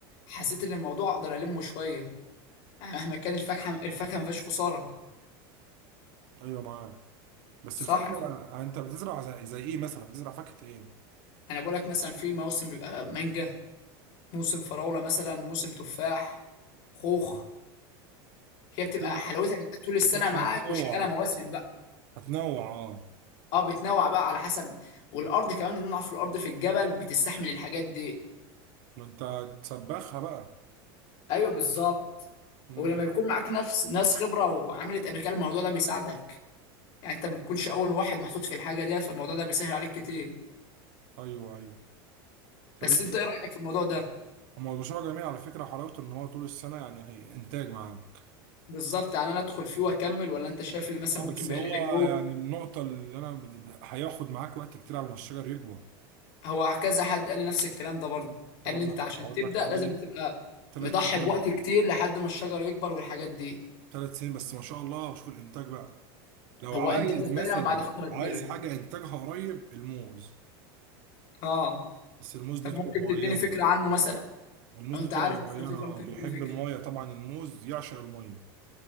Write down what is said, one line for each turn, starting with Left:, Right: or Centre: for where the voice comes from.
Left: حسيت ان الموضوع اقدر المه شوية مهما كان الفاكهة الفاكهة ما فيهاش خسارة
Right: أيوه معاك بس
Left: صح
Right: الفاكهة
Left: الفاكهة
Right: يعني أنت بتزرع زي, زي إيه مثلا بتزرع فاكهة إيه؟
Left: انا بقول لك مثلا في موسم بيبقى مانجا موسم فراولة مثلا موسم تفاح خوخ هي بتبقى
Right: بتزرع
Left: حلاوتها بتبقى طول السنة معاك
Right: هتنوع
Left: وشغالة
Right: بقى
Left: مواسم بقى
Right: هتنوع آه
Left: اه بتنوع بقى على حسب والارض كمان اللي نعرف الارض في الجبل بتستحمل الحاجات دي
Right: ما أنت تسبخها بقى
Left: ايوه بالظبط
Right: مم.
Left: ولما بيكون معاك نفس ناس خبره وعملت قبل كده الموضوع ده بيساعدك يعني انت ما بتكونش اول واحد محطوط في الحاجه ديت فالموضوع ده بيسهل عليك كتير
Right: أيوه أيوه طب
Left: بس
Right: أنت
Left: انت ايه رايك في الموضوع ده
Right: هو البشرة جميل على فكرة حلاوته إن هو طول السنة يعني هي إنتاج معاك
Left: بالظبط يعني انا ادخل فيه واكمل ولا انت شايف اللي مثلا
Right: اه
Left: ممكن
Right: بس
Left: بيقلل
Right: هو
Left: عيوب
Right: يعني النقطة اللي أنا بت- هياخد معاك وقت كتير على ما الشجر يكبر
Left: هو كذا حد قال لي نفس الكلام ده برضه
Right: أنت
Left: قال
Right: برضه
Left: لي انت عشان
Right: هقعد
Left: تبدا
Right: لك حوالي
Left: لازم تبقى
Right: ثلاث
Left: مضحي
Right: سنين
Left: بوقت كتير لحد ما الشجر يكبر والحاجات دي
Right: ثلاث سنين بس ما شاء الله شوف الإنتاج بقى لو
Left: هو
Right: عايز
Left: انتاجه
Right: مثلا
Left: فعلا بعد فتره كبيره
Right: عايز حاجة إنتاجها قريب الموز
Left: اه
Right: بس الموز
Left: طب
Right: ليه طرق
Left: ممكن
Right: معينة
Left: تديني فكره عنه مثلا
Right: الموز
Left: لو انت
Right: ليه
Left: عارف
Right: طرق معينة
Left: مثلا فكره
Right: اه
Left: ممكن
Right: بيحب
Left: تديني فكره
Right: المية طبعا الموز يعشق المية